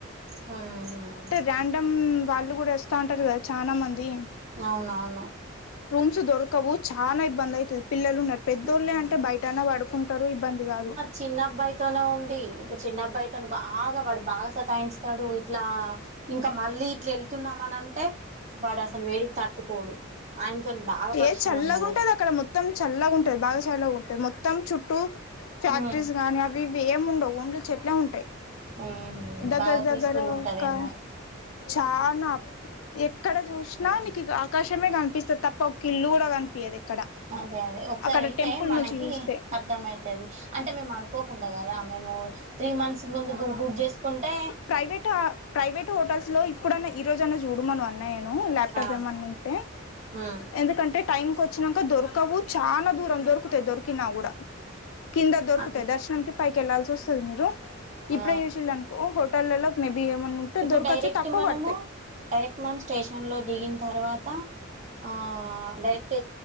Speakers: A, on the right (about 35°); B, on the left (about 90°).
A: ఉహు
B: రాండమ్ వాళ్ళు గుడ వస్తా ఉంటరు కదా చానా మంది
A: అవునవును
B: రూమ్స్ దొరకవు చాన ఇబ్బంది అయితది పిల్లలు ఉన్నరు పెద్దోళ్లే
A: హ్మ్.
B: అంటే బయట అన్నా పడుకుంటరు ఇబ్బంది కాదు.
A: చిన్నబ్బాయితొనే ఉంది, ఇప్పుడు చిన్న అబ్బాయితో బాగా వాడు బాగా సతాయించ్ తాడు ఇట్లా ఇంకా మళ్ళీ ఇట్ల ఎ తున్నామని అంటే వాడు అసలు వేడికి తట్టుకోడు, ఆయనతోని బాగా పరేషాన్
B: ఏ చల్లగా
A: ఉన్నది.
B: ఉంటది అక్కడ మొత్తం చల్లగా ఉంటది బాగ చల్లగా ఉంటది, మొత్తం చుట్టూ ఫ్యాక్టరీస్
A: ఉమ్
B: గానీ అవి ఇవి ఏం ఉండవు ఓన్లీ చెట్లే ఉంటయి.
A: ఉమ్
B: దగ్గర
A: బాగా
B: దగ్గరా
A: పీస్ఫుల్ ఉంటదేమో
B: ఒక చాన ఎక్కడ జూసినా
A: ఉమ్
B: నీకిగా ఆకాశమే కనిపిస్తది తప్ప ఇల్లు కూడా కనిపియ్యదు ఎక్కడ
A: అదే అదే ఒకసారి
B: అక్కడ
A: ఎళ్తే
B: టెంపుల్
A: మనకి
B: నుంచి చూస్తే
A: అర్ధం అయతది. అంటే మేము అనుకోకుండా కదా, మేము త్రీ మంత్స్ ముందు బు బుక్ చేసుకుంటే
B: ప్రైవేట ప్రైవేట్ హోటల్స్ లో ఇప్పుడన్న, ఈ రోజన్నా చూడమను అన్ అన్నయ్యను లాప్టాప్
A: ఆ
B: ఏమన్నా ఉంటే
A: ఉమ్
B: ఎందుకంటే టైం కు వచ్చినంక దొరకవు చానా దూరం, దొరికుతై దొరికినా గుడ కింద దొరుకుతయి
A: అదే
B: దర్శనంకి పైకెళ్ళాల్సి వస్తది మీరు
A: ఆ
B: ఇప్పుడే చేసిండనుకో హోటళ్లలో మేబీ ఏమన్నా ఉంటే
A: ఇప్పుడు
B: దొరకచ్చు,
A: డైరెక్ట్
B: తక్కువ
A: మనము
B: పడతయి
A: డైరెక్ట్ మనం స్టేషన్లో దిగిన తర్వాత ఆ డైరెక్ట్